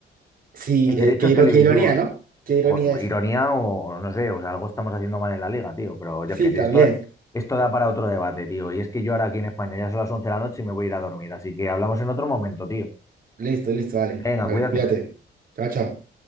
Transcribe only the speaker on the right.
Sí,
eh, qué, iro-
qué ironía, ¿no? Qué ironía
eso.
Sí,
también.
Listo, listo, vale.
Vale,
cuídate. Chao, chao.